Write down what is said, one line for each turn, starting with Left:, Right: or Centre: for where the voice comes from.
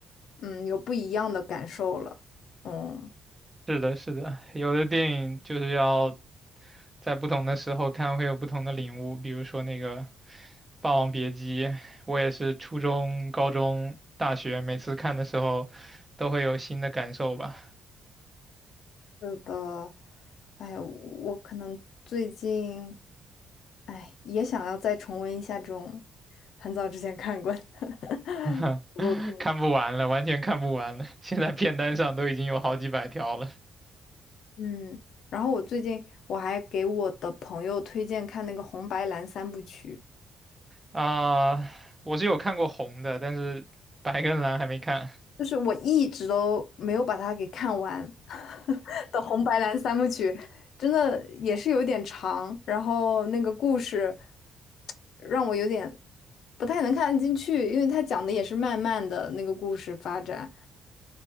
Left: 嗯，有不一样的感受了。嗯，
Right: 是的，是的，有的电影就是要在不同的时候看会有不同的领悟。比如说那个《霸王别姬》，我也是初中、高中、大学每次看的时候都会有新的感受吧，
Left: 是的，哎，我可能最近，哎，也想要再重温一下这种很早之前看过的 <laughs>。
Right: <laughs>
Left: 我。
Right: 看不完了，完全看不完了。现在片单上都已经有好几百条了
Left: 嗯，然后我最近我还给我的朋友推荐看那个《红白蓝三部曲》，
Right: 啊！我是有看过红的，但是白跟蓝还没看。
Left: 就是我一直都没有把它给看完 <laughs> 的《红白蓝三部曲》，真的也是有点长，然后那个故事让我有点不太能看得进去，因为它讲的也是慢慢的那个故事发展。